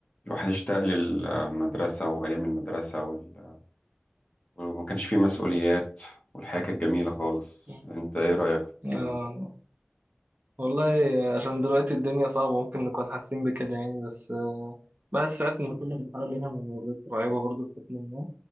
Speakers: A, on the left (about 35°); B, on the right (about 45°).
A: الواحد اشتاق للمدرسة وأيام المدرسة وال... وما كانش فيه مسؤوليات والحياة كانت جميلة خالص
B: مم.
A: أنت إيه رأيك في الكلام
B: آه،
A: ده؟
B: والله عشان دلوقتي الدنيا صعبة ممكن نكون حاسين بكده يعني بس آه، بس ساعات إن كل مرحلة ليها مميزات وعيوبها برضو بشكل ما